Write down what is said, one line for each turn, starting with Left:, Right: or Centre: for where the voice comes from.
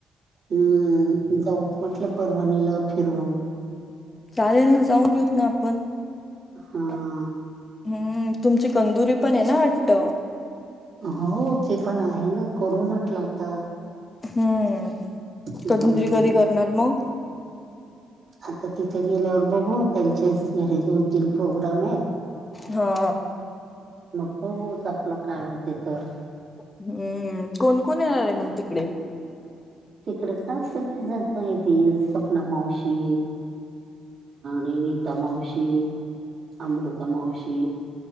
Right: हम्म जाऊत म्हटलं परवाणीला फिरवून
Left: चालेल ना जाऊन यत ना आपण
Right: हा
Left: हम्म तुमची कंदुरी पण आहे ना वाटत
Right: हो ते पण आहे ना करू म्हटलं आता
Left: हम्म
Right: हम्म
Left: कधून तरी कधी करणार मग
Right: आता तिथे गेल्यावर बघू त्यांच्या घरी दोन तीन प्रोग्राम आहेत
Left: हा
Right: मग बघत आपलं काय होते तर
Left: हम्म कोण कोण येणार आहे मग तिकडे
Right: तिकडं का? सगळजण येतील सपना मावशी नैनिता मावशी अमृता मावशी